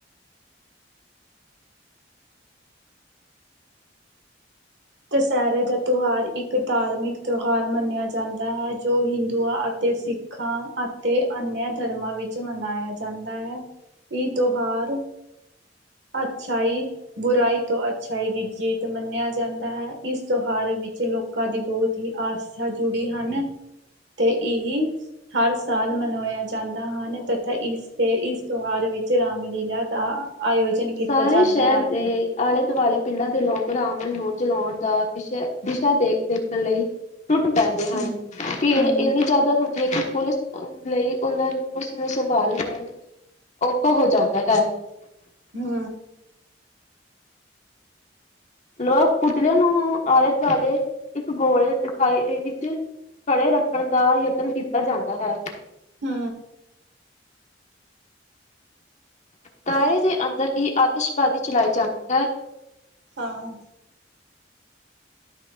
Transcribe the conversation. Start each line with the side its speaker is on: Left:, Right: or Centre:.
Right: ਦੁਸਹਿਰੇ ਦਾ ਤਿਉਹਾਰ ਇੱਕ ਧਾਰਮਿਕ ਤਿਉਹਾਰ ਮੰਨਿਆ ਜਾਂਦਾ ਹੈ, ਜੋ ਹਿੰਦੂਆਂ ਅਤੇ ਸਿੱਖਾਂ ਅਤੇ ਅਨਿਆ ਧਰਮਾਂ ਵਿੱਚ ਮਨਾਇਆ ਜਾਂਦਾ ਹੈ ਇਹ ਤਿਉਹਾਰ ਅੱਛਾਈ ਬੁਰਾਈ ਤੋਂ ਅੱਛਾਈ ਦੀ ਜੀਤ ਮੰਨਿਆ ਜਾਂਦਾ ਹੈ ਇਸ ਤਿਉਹਾਰ ਵਿੱਚ ਲੋਕਾਂ ਦੀ ਬਹੁਤ ਹੀ ਆਸਥਾ ਜੁੜੀ ਹਨ ਤੇ ਇਹ ਹਰ ਸਾਲ ਮਨਾਇਆ ਜਾਂਦਾ ਹਨ ਤਥਾ ਇਸ ਤੇ ਇਸ ਤਿਉਹਾਰ ਵਿੱਚ ਰਾਮਲੀਲਾ ਦਾ ਆਯੋਜਨ ਕੀਤਾ
Left: ਸਾਰੇ
Right: ਜਾਂਦਾ
Left: ਸ਼ਹਿਰ
Right: ਹੈ
Left: ਦੇ
Right: ਤੇ
Left: ਆਲ਼ੇ ਦੁਆਲੇ ਪਿੰਡਾਂ ਦੇ ਲੋਕ ਰਾਵਣ ਨੂੰ ਜਲਾਉਣ ਦਾ ਵਿਸ਼ਾ- ਵਿਸ਼ਾ ਦੇ ਦੇਖਣ ਲਈ ਟੁੱਟ ਪੈਂਦੇ ਹਨ,
Right: ਹੂੰ
Left: ਭੀੜ
Right: ਹੂੰ
Left: ਇੰਨੀ ਜ਼ਿਆਦਾ ਹੁੰਦੀ ਹੈ ਕਿ ਪੁਲਿਸ ਲਈ ਉਹਨਾਂ ਉਸ ਨੂੰ ਸੰਭਾਲ ਕਰਨਾ ਔਖਾ ਹੋ ਜਾਂਦਾ ਹੈ।
Right: ਹੂੰ।
Left: ਲੋਕ ਪੁਤਲਿਆਂ ਨੂੰ ਆਲੇ- ਦੁਆਲੇ ਇੱਕ ਗੋਲੇ ਦਿਖਾਈ ਦੇ ਵਿੱਚ ਖੜੇ ਰੱਖਣ ਦਾ ਯਤਨ ਕੀਤਾ ਜਾਂਦਾ ਹੈ।
Right: ਹੂੰ।
Left: ਦਾਇਰੇ ਦੇ ਅੰਦਰ ਹੀ ਆਤਿਸ਼ਬਾਦੀ ਚਲਾਈ ਜਾਂਦੀ ਹੈ।
Right: ਹਾਂ।